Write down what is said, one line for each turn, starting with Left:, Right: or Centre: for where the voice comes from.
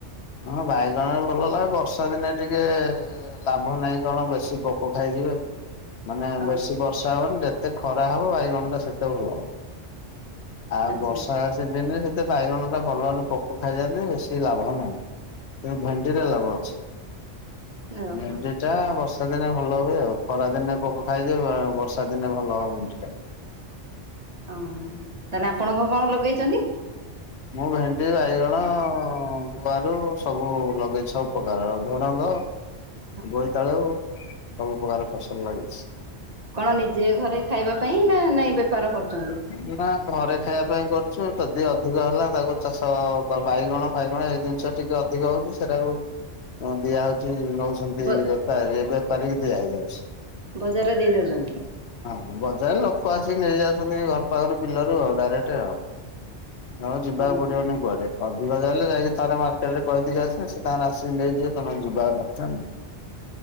Left: ହଁ ବାଇଗଣରେ ଭଲ ଲାଭ ବର୍ଷା ଦିନେ ଟିକେ। ଏ ଲାଭ ନାହିଁ କଣ ବେଶୀ ପୋକ ଖାଇଯିବେ। ମାନେ
Right: ହଁ।
Left: ବେଶୀ ବର୍ଷା ହବନି ଯେତେ ଖରା ହବ ବାଇଗଣ ଟା ସେତେ ଭଲ। ଆଉ
Right: ଆଚ୍ଛା
Left: ବର୍ଷା ସିଜିନରେ ସେ ତ ବାଇଗଣ ଟା ଭଲ ହେଲେ ପୋକ ଖାଇଯାଆନ୍ତି ବେଶୀ ଲାଭ ନାହିଁ। ଉଁ ଭେଣ୍ଡି ରେ ଲାଭ ଅଛି
Right: ଓହୋ
Left: ଭେଣ୍ଡି। ଟା ବର୍ଷା ଦିନେ ଭଲ ହୁଏ ଆଉ ଖରା ଦିନେ ପୋକ ଖାଇଯିବେ ବା ବର୍ଷା ଦିନେ ଭଲ ଭେଣ୍ଡି ଟା।
Right: ଓହୋ। ତାହେଲେ ଆପଣ କଁ କଁ ଲଗେଇଛନ୍ତି?
Left: ମୁଁ ଭେଣ୍ଡି, ବାଇଗଣ, ଗୁଆ ରୁ ସବୁ ଲଗେଇଚି ସବୁ ପ୍ରକାରର ଝୁଡଙ୍ଗ।
Right: ହ
Left: ବୋଇତାଳୁ ସବୁ ପ୍ରକାର ଫସଲ ଲାଗିଛି।
Right: କଣ ନିଜେ ଘରେ ଖାଇବା ପାଇଁ ନା ନାଇଁ ବେପାର କରୁଛନ୍ତି?
Left: ନା ଘରେ ଖାଇବା ପାଇଁ କରୁଛୁ ଯଦି ଅଧିକ ହେଲା ତାକୁ ଚାଷ ବା-ବାଇଗଣ ଫାଇଗଣ ଏଇ ଜିନିଷ। ଟିକେ ଅଧିକ ହଉଛି ସେଟା କୁ ଉଁ ଦିଆହଉଛି ନଉ ଛନ୍ତି
Right: ବ
Left: ବେପାରୀ ବେପାରୀ କି ଦିଆ ହେଇଯାଉଛି।
Right: ବଜାରରେ ଦେଇ ଦଉଛନ୍ତି।
Left: ହଁ ହଁ ବଜାର ଲୋକ ଆସିକି ନେଇଯାଉଛନ୍ତି ଘର ପାଖରେ ବିଲରୁ ଆଉ ଡାଇରେକ୍ଟ ଆଉ। ରହ ଯିବାକୁ
Right: ଓ
Left: ପଡିବନି କୁଆଡେ। ଅଧିକ ଜାଣିଲେଯାଇକି ଥରେ ମାର୍କେଟ ରେ କହିଦେଇଛି ଆସିଲେସେ ତାଙ୍କର ଆସିକି ନେଇଯିବେ ତମେ ଯିବା ଦରକାର ନାହିଁ।